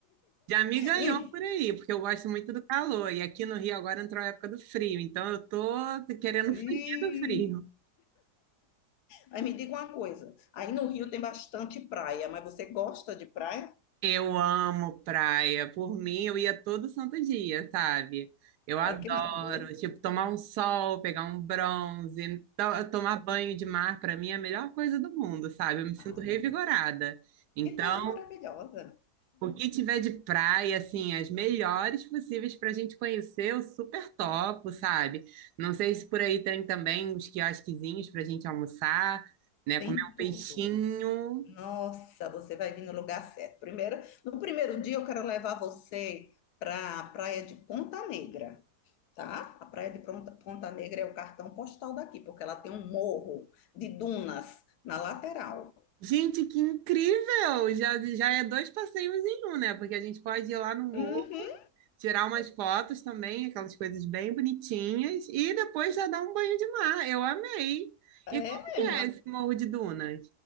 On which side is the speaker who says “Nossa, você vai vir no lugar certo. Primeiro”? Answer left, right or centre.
Left